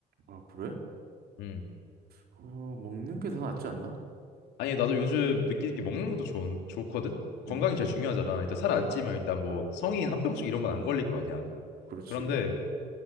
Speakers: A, on the right; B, on the left.
A: 아, 그래?
B: 음
A: 어, 먹는 게 더 낫지 않나?
B: 아니 나도 요즘 느끼는 게 먹는 것도 좋은 좋거든 건강이
A: 음,
B: 제일 중요하잖아 일단 살 안 찌면 일단 뭐 성인 합병증 이런 건 안 걸릴 거 아니야
A: 그렇지.
B: 그런데